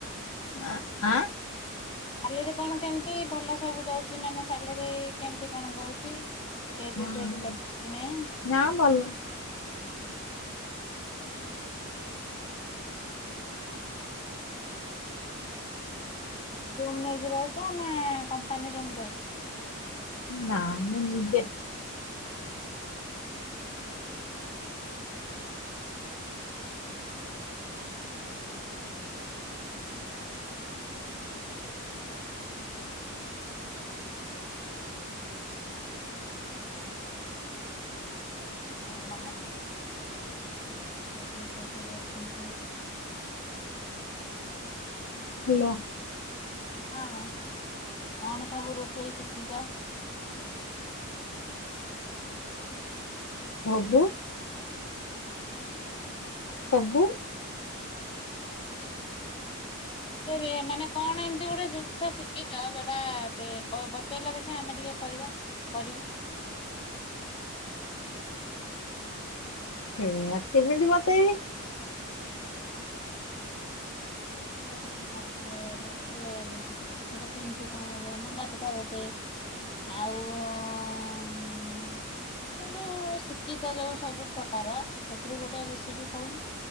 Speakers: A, on the left (about 75°); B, on the left (about 25°).
A: ଆ ଆଁ।
B: ସାଲେରୀ କଣ କେମତି ଭଲ ସବୁ ଦଉଚି ନାନା ସାଲେରୀ କେମିତି କଣ ଦଉଚି? ପି ଏଫ୍
A: ହଁ
B: ଫେପ୍ କଟୁଚି କି ନାଇଁ?
A: ନା ଭଲ
B: ରୁମ୍ ନେଇକି ରହୁଚ ନା କମ୍ପାନୀ ରୁମ୍ ଦଉଚି।
A: ନା ମୁଁ ନିଜେ।
B: ହୁଁ ହଁ। କିଏ କିଏ <unintelligible>
A: ହାଲୋ।
B: ହଁ କଣ ସବୁ ରୋଷେଇ ଶିଖିଚ?
A: ସବୁ।
B: ହଁ।
A: ସବୁ।
B: ଫେରେ ମାନେ କଣ ଏମିତି ଗୋଟେ ଜିନିଷ ଶିଖିଚ ଯୋଉଟା ଦେ ବ-ବତେଇଲା ଦେଖିବା ଆମେ ଟିକେ କରିବା କରିବି।
A: ସେୟା କେମିତି ବତେଇବି?
B: ହୁଁ। <unintelligible> ରେ ରେସିପି ସେଟା କେମିତି କଣ ହୁଏ ମଣ୍ଡା ପିଠା ଗୋଟେ ଆଉ ଆମେ ଯୋଉ ଶିକିଚ ଯୋଉ ସବୁ ପ୍ରକାର ସେଥିରୁ ଗୋଟେ ରେସିପି କହୁନୁ।